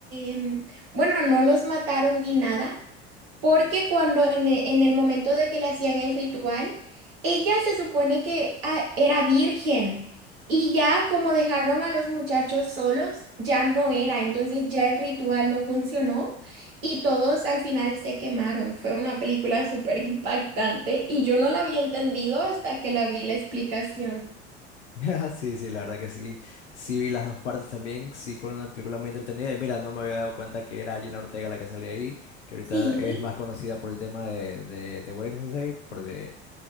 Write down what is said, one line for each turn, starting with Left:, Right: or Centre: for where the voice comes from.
Right: em, bueno, no los mataron ni nada, porque cuando en, e- en el momento de que le hacían el ritual, ella se supone que ah, era virgen y ya como dejaron a los muchachos solos, ya no era, entonces ya el ritual no funcionó y todos al final se quemaron. Fue una película súper impactante y yo no la había entendido hasta que la vi la explicación.
Left: <laughs> Sí, sí, la verdad que sí. Sí vi las dos partes también. Sí fue una película muy entretenida. Y mira, no me había dado cuenta que era Gina Ortega la que salía ahí, que ahorita
Right: Sí.
Left: es más conocida por el tema de, de, de Wednesday, por de,